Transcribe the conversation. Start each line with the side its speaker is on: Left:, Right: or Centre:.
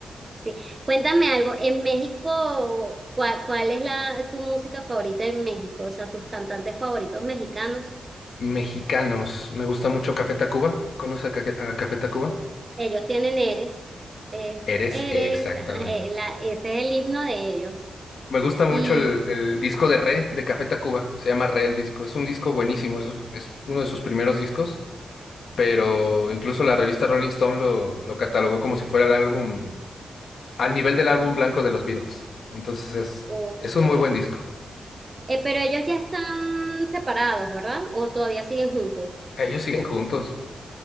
Right: Sí. Cuéntame algo, en México, ¿cuál, cuál es la, tu música favorita en México? O sea, tus cantantes favoritos mexicanos.
Left: Mexicanos. Me gusta mucho Café Tacuba. ¿Conoces a Cafe- a Café Tacuba?
Right: Ellos tienen Eres, es
Left: Eres
Right: Eres,
Left: exactamente.
Right: <laughs> ajá, eh, la, ese es el himno de ellos.
Left: Me gusta mucho
Right: Y,
Left: el, el disco de Re de Café Tacuba. Se llama Re el disco. Es un disco buenísimo. Es, es uno de sus primeros discos. Pero incluso la revista Rolling Stone lo, lo catalogó como si fuera el álbum, al nivel del álbum blanco de los Beatles. Entonces es,
Right: ok,
Left: es
Right: Eh,
Left: un muy buen disco.
Right: pero ellos ya están separados, ¿verdad? O todavía siguen juntos,
Left: Ellos siguen juntos.